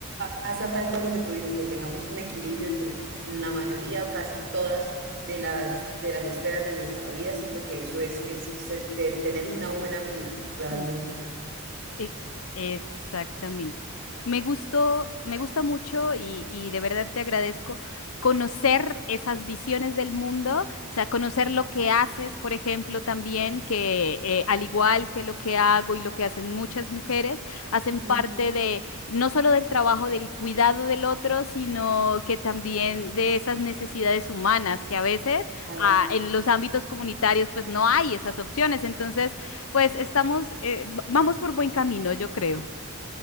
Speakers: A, on the right; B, on the left.
A: pasa tal cual lo que tú dices, que tengamos un equilibrio entre la mayoría o casi todas de las, de las esferas de nuestra vida. Siento que eso es, es se- de tener una buena vida realmente.
B: Ujú. E- Exactamente. Me gustó, me gusta mucho y, y de verdad te agradezco conocer esas visiones del mundo, o sea, conocer lo que haces, por ejemplo, también, que eh, al igual que lo que hago y lo que hacen muchas mujeres, hacen
A: Ujú.
B: parte de no solo del trabajo del cuidado del otro, sino que también de esas necesidades humanas que a veces
A: Ay,
B: ah, en los ámbitos comunitarios pues no hay esas opciones. Entonces, pues estamos, eh, v- vamos por buen camino, yo creo.